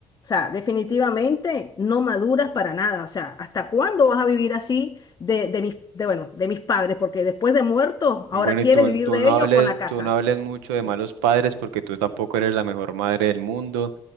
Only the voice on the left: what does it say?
sea, definitivamente no maduras para nada. O sea, ¿hasta cuándo vas a vivir así de, de mis, de, bueno, de mis padres? Porque después de muertos, ahora
quieres
vivir
de
ellos
con la casa.
Sí.